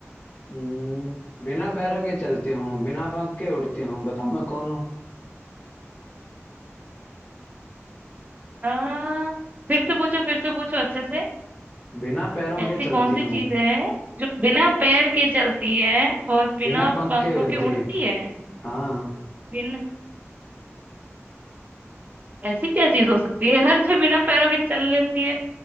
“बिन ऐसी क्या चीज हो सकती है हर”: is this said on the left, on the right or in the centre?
Right